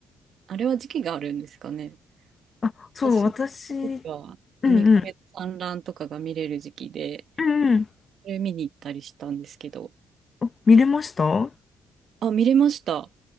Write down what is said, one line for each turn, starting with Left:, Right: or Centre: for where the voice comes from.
Right: あれは時期があるんですかね。
Left: あ、そう、
Right: 私の時は、
Left: 私、うんうん。
Right: ウミガメの産卵とかが見れる時期で、
Left: うんうん。
Right: それ見に行ったりしたんですけど。
Left: お見れました
Right: あ、見れました。